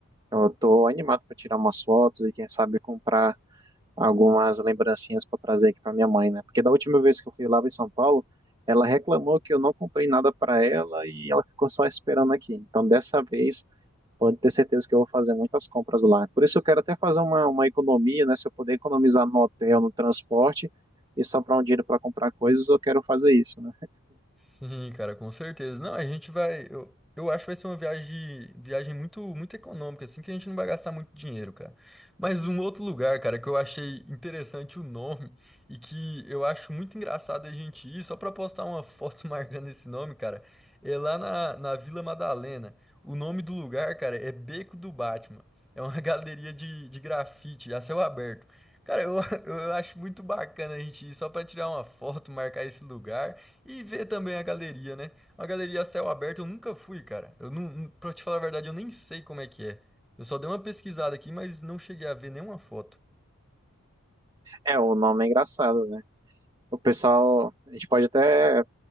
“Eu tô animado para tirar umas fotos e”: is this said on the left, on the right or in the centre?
Right